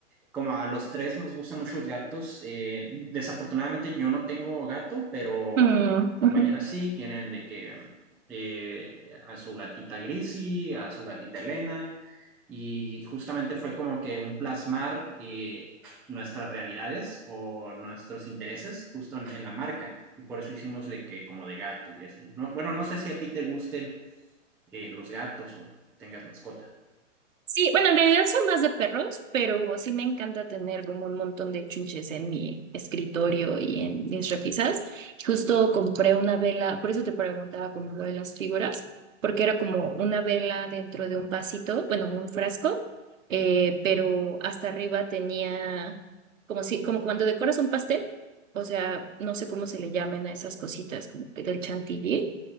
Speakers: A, in the centre; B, on the right.
A: como a los tres nos gustan mucho los gatos. eh, desafortunadamente yo no tengo gato, pero
B: Mm,
A: compañeras
B: ujú.
A: sí tienen de que eh, a su gatita Grisi, a su gatita Elena, y justamente fue como que un plasmar eh, nuestras realidades o nuestros intereses justo en, en la marca. Y por eso hicimos de que como de gatos y así. No, bueno, no sé si a ti te gusten eh, los gatos o tengas mascota.
B: Sí, bueno, en realidad son más de perros, pero sí me encanta tener como un montón de chunches en mi escritorio y en mis repisas. Justo compré una vela, por eso te preguntaba como lo de las figuras, porque era como una vela dentro de un vasito, bueno, un frasco, eh, pero hasta arriba tenía como si, como cuando decoras un pastel, o sea, no sé cómo se le llaman a esas cositas, como que del chantilly,